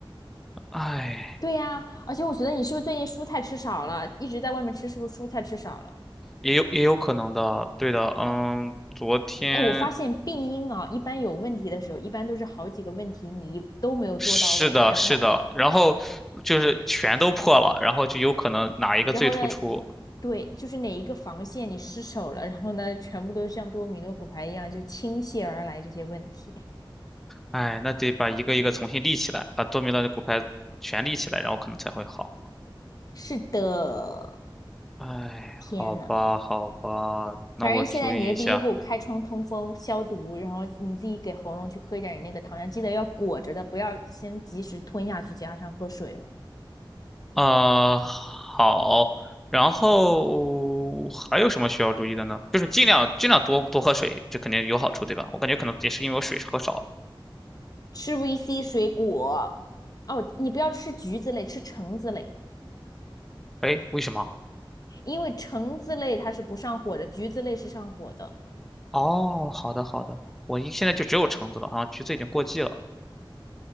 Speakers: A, in the centre; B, on the left.
A: 哎，
B: 对呀、而且我觉得你是不是最近蔬菜吃少了，一直在外面吃，是不是蔬菜吃少了？
A: 也有也有可能的，对的，嗯，昨天
B: 哎，我发现病因啊，一般有问题的时候，一般都是好几个问题你一都没有做到位，
A: 是的，
B: 然后，
A: 是的，然后就是全都破了，然后就有可能哪一个最突出，
B: 然后呢，一对就是哪一个防线你失守了，然后呢，全部都像多米诺骨牌一样就倾泻而来这些问题。
A: 哎，那得把一个一个重新立起来，把多米诺的骨牌全立起来，然后可能才会好。
B: 是的，
A: 哎，
B: 天呐，
A: 好吧，好吧，那我注意一下。
B: 反正现在你的第一步，开窗通风消毒，然后你自己给喉咙去喝一点你那个糖浆，记得要裹着的，不要先及时吞下去，加上喝水了。
A: 啊、好。然后还有什么需要注意的呢？就是尽量尽量多多喝水，这肯定有好处，对吧？我感觉可能也是因为我水喝少了。
B: 吃 VC 水果，哦，你不要吃橘子类，吃橙子类，
A: 哎，为什么？
B: 因为橙子类它是不上火的，橘子类是上火的。
A: 哦，好的好的，我一现在就只有橙子了，好像橘子已经过季了。